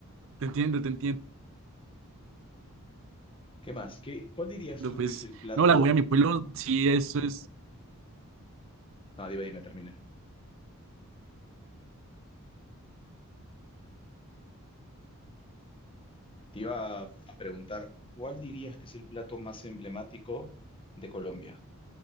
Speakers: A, on the right; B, on the left.
A: Te entiendo, te entiendo.
B: ¿Qué más? ¿Qué, cuál dirías tú
A: Pues
B: que es el plato?
A: no, la voy a mi pueblo, sí, eso es,
B: No, dime, dime, termina. Te iba a, a preguntar, ¿cuál dirías que es el plato más emblemático de Colombia?